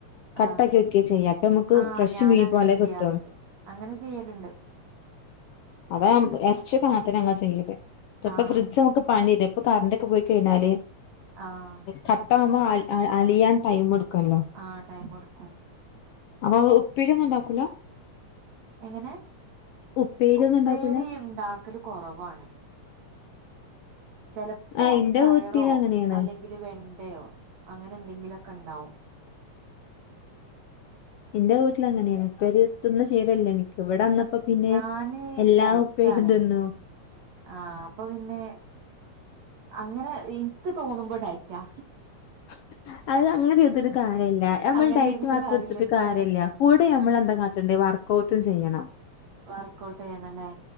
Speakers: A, on the left; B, on the right.
A: കട്ടാക്കി
B: ആഹ്
A: വെക്കാ ചെയ്യാ അപ്പൊ നമ്മക്ക്
B: ആഹ്
A: ഫ്രഷ്
B: ഞാനങ്ങനെ
A: മീൻ പോലെ
B: ചെയ്യാറുണ്ട്
A: കിട്ടും
B: അങ്ങനെ ചെയ്യല്ണ്ട്
A: അതാ എർച്ചിയൊക്കെ അങ്ങൻ തന്നെ ഞ്ഞങ്ങള് ചെയ്യല് ഇപ്പ ഇപ്പൊ
B: ആഹ്
A: ഫ്രിഡ്ജ് നമുക്ക് പണി ഇത് ഇപ്പൊ കറണ്ടൊക്കെ പോയി കഴിഞ്ഞാല്
B: ആഹ്
A: കട്ട ആവുമ്പോ അലി അ അലിയാൻ ടൈം ഇട്ക്കൊല്ലോ
B: ആഹ് ടൈം ഇട്ക്കും
A: അപ്പൊ ഇങ്ങള് ഉപ്പേരി ഒന്നും ഉണ്ടാക്കൂല
B: എങ്ങനെ
A: ഉപ്പേരി
B: ഉപ്പേരി
A: ഒന്നും ഉണ്ടാക്കൂല
B: ഉണ്ടാക്കല് കൊറവാണ് ചെലപ്പോ
A: ആ എന്റെ
B: പയറോ
A: വീട്ടിൽ അങ്ങനെയാണ്
B: അല്ലെങ്കില് വെണ്ടയോ അങ്ങനെ എന്തെങ്കിലൊക്കെ ഉണ്ടാവും
A: ഇന്റെ വീട്ടില് അങ്ങനേണ് ഉപ്പേരി തിന്ന് ശീലം ഇല്ല എനിക്ക് ഇവിടെ വന്നപ്പ പിന്നെ
B: ഞാന്
A: എല്ലാ
B: ഡയറ്റാണ്
A: ഉപ്പേരിം തിന്നും
B: ആഹ് അപ്പ പിന്നെ അങ്ങനെ എനിക്ക് തോന്നുമ്പോ ഡയറ്റാ
A: <unintelligible> അത് അങ്ങനെ ചെയ്തിട്ട് ഒരു കാര്യമില്ല നമ്മൾ
B: അങ്ങനെ
A: ഡയറ്റ്
B: ചെയ്തിട്ട്
A: മാത്രം
B: കാര്യല്ല
A: ഇടുത്തിട്ട്
B: എനിക്കറിയാം
A: കാര്യമില്ല കൂടെ നമ്മള് എന്താ കാട്ടണ്ടി വർ കോട്ടും ചെയ്യണം
B: വർക്ക്ഔട്ട് ചെയ്യണല്ലേ